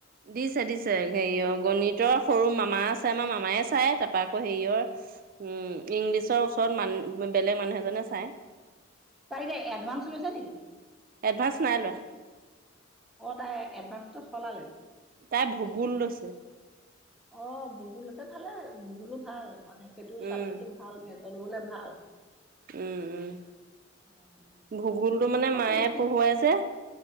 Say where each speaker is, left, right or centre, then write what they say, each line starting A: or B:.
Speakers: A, on the right (about 45°); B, in the centre.
A: দিছে দিছে হেৰিয়ৰ গণিতৰ সৰু মামা আছে আমাৰ মামায় চাই তাৰপৰা আকৌ হেৰিয়ৰ, উম ইংলিছৰ ওচৰত মান বেলেগ মানুহ এজনে চাই,
B: তাই কি এডভাঞ্চ লৈছে নেকি?
A: এডভা্ঞ্চ নাই লোৱা।
B: অ তাই এডভান্সটো সলালে।
A: তাই ভূগোল লৈছে।
B: অ ভূগোলতে ভালে ভূগোুলো ভাল মানে সেইটো
A: উম
B: চাবজেক্টটো ভাল, ভাল ভূগোল বোলে ভাল।
A: উম,
B: অঁ
A: উম ভূগোলটো মানে
B: তাকেতো
A: মায়ে
B: কি
A: পঢ়ুৱাই যে,